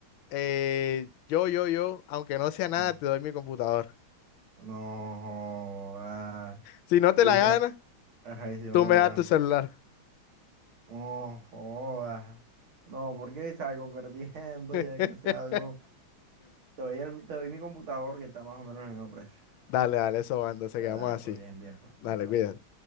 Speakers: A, on the left (about 80°); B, on the right (about 80°).
A: eh, yo, yo, yo, aunque no sea nada,
B: mm.
A: te doy mi computadora. <laughs>
B: No, joda.
A: Si no te
B: Y
A: la
B: si,
A: ganas,
B: ajá, y si no
A: tú
B: me
A: me
B: lo
A: das
B: gano.
A: tu celular.
B: No jodas. No, porque salgo perdiendo,
A: <laughs>
B: <laughs> tiene que ser algo. Te doy, el- te doy mi computador que está más o menos en el mismo precio.
A: Dale, dale, eso va, entonces
B: Dale,
A: quedamos
B: dale,
A: así.
B: pues bien, bien, pues
A: Dale,
B: bien, dale.
A: cuídate.